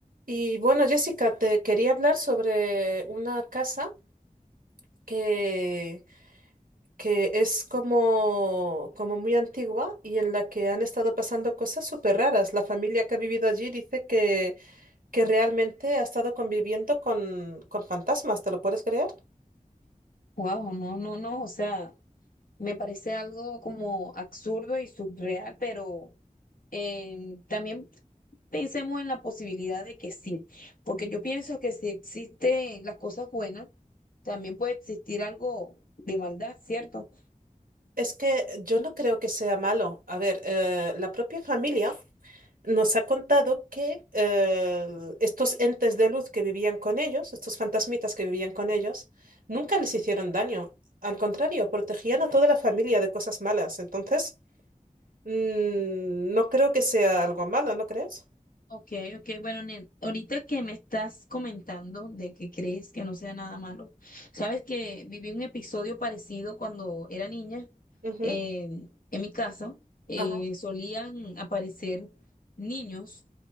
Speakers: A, on the right; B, on the left.
A: Y bueno, Jessica, te quería hablar sobre una casa que, que es como, como muy antigua y en la que han estado pasando cosas súper raras. La familia que ha vivido allí dice que, que realmente ha estado conviviendo con, con fantasmas, ¿te lo puedes creer?
B: Wow, no, no, no, o sea, me parece algo como absurdo y surreal, pero eh, también pensemos en la posibilidad de que sí, porque yo pienso que si existen las cosas buenas, también puede existir algo de maldad, ¿cierto?
A: Es que yo no creo que sea malo. A ver, eh, la propia familia nos ha contado que eh, estos entes de luz que vivían con ellos, estos fantasmitas que vivían con ellos, nunca les hicieron daño. Al contrario, protegían a toda la familia de cosas malas. Entonces, mm, no creo que sea algo malo, ¿no crees?
B: Ok, ok, bueno, Nen, ahorita que me estás comentando de que crees que no sea nada malo, sabes que viví un episodio parecido cuando era niña
A: Ujú.
B: eh, en mi casa, eh,
A: Ajá.
B: solían aparecer niños,